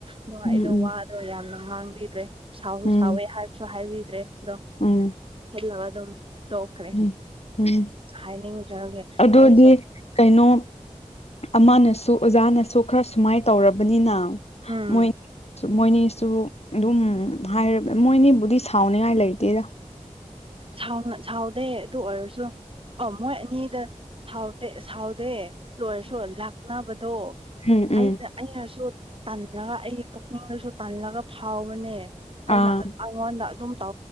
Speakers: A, on the right; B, on the left.
A: ꯅꯨꯡꯉꯥꯏꯅ
B: ꯎꯝ
A: ꯋꯥꯗꯣ ꯌꯥꯝꯅ ꯉꯥꯡꯕꯤꯗ꯭ꯔꯦ ꯁꯥꯎꯁꯨ
B: ꯎꯝ
A: ꯁꯥꯎꯋꯦ ꯍꯥꯏꯕꯁꯨ ꯍꯥꯏꯕꯤꯗ꯭ꯔꯦ ꯗꯣ
B: ꯎꯝ
A: ꯍꯜꯂꯒꯥ ꯑꯗꯨꯃ ꯇꯣꯛꯈ꯭ꯔꯦ
B: ꯎꯝ ꯎꯝ
A: ꯍꯥꯏꯅꯤꯡꯗꯔ꯭ꯒꯦ
B: ꯑꯗꯨꯗꯤ
A: ꯑꯩꯁꯨ
B: ꯀꯩꯅꯣ ꯑꯃꯅꯁꯨ ꯑꯣꯖꯥꯅꯁꯨ ꯈꯔ ꯁꯨꯃꯥꯏ ꯇꯧꯔꯕꯅꯤꯅ
A: ꯎꯝ
B: ꯃꯣꯏ ꯃꯣꯏꯅꯤꯁꯨ ꯑꯗꯨꯝ ꯍꯥꯏ ꯃꯣꯏꯅꯤꯕꯨꯗꯤ ꯁꯥꯎꯅꯤꯉꯥꯏ ꯂꯩꯇꯦꯗ
A: ꯁꯥꯎꯅ ꯁꯥꯎꯗꯦ ꯑꯗꯨ ꯑꯣꯏꯔꯁꯨ ꯑ ꯃꯣꯏ ꯑꯅꯤꯗ ꯁꯥꯎꯗꯦ ꯁꯥꯎꯗꯦ ꯂꯣꯏꯔꯁꯨ ꯂꯥꯛꯅꯕꯗ ꯗꯣ
B: ꯎꯝ
A: ꯑꯩꯅ
B: ꯎꯝ
A: ꯑꯩꯅꯁꯨ ꯇꯜꯂꯒ ꯑꯩꯒꯤ ꯄꯨꯛꯅꯤꯡꯗꯁꯨ ꯇꯜꯂꯒ ꯐꯥꯎꯕꯅꯦ ꯑꯩꯅ
B: ꯑꯥ
A: ꯑꯩꯉꯣꯟꯗ ꯑꯗꯨꯝ ꯇ